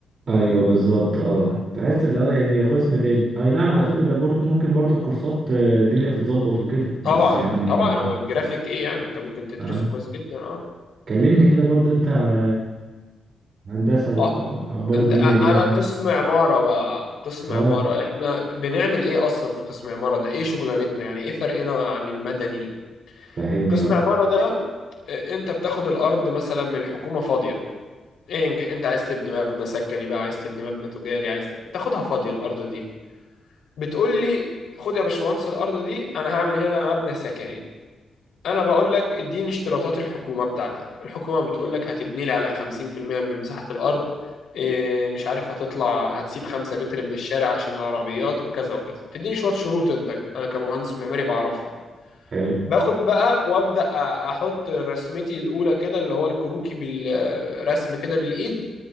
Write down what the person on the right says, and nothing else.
ايوه بالظبط اه تحس اللي هو يعني قسم تاني اي نعم على فكرة ده برضه ممكن برضه الكورسات آه، الدنيا تتظبط وكده بس
يعني
اه
كلمني كده برضه انت على هندسة واخبار
الدنيا
ايه
هناك
اه
فهمني
اه
حلو